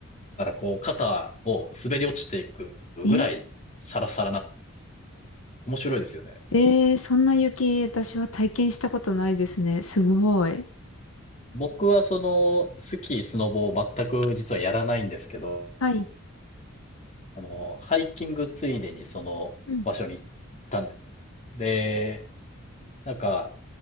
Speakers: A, on the left; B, on the left.
A: ら、こう、肩を滑り落ちていくぐらい、
B: ええ
A: サラサラな、面白いですよね。
B: えー、そんな雪、私は体験したことないですね。すごい。
A: 僕はその、スキー、スノボを全く実はやらないんですけど、
B: はい。
A: あの、ハイキングついでにその場所に行ったんですよ。
B: うん。
A: で、なんか、